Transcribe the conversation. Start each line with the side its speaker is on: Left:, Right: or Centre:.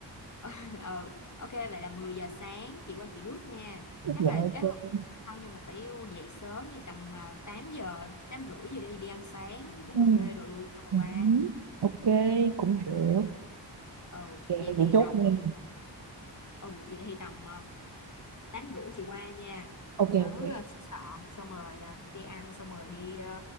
Left: <laughs> ừ ok vậy là mười giờ sáng chị qua chị rước nha
Right: <laughs>
Left: chắc
Right: Dạ
Left: là
Right: ok.
Left: chắc không không nhưng mà phải dậy sớm đi tầm ờ, 8 giờ 8 rưỡi giờ đi đi ăn sáng uống
Right: Ừ.
Left: cà phê đồ luôn xong rồi
Right: Ừ.
Left: qua
Right: Ok, cũng được.
Left: ừ
Right: Ok,
Left: vậy
Right: vậy
Left: thì
Right: chốt
Left: tầm
Right: nha.
Left: ừ vậy thì tầm ờ, tám rưỡi chị qua nha
Right: Ok
Left: nhớ
Right: ok.
Left: ờ, sửa soạn xong rồi ờ, đi ăn xong rồi đi ờ,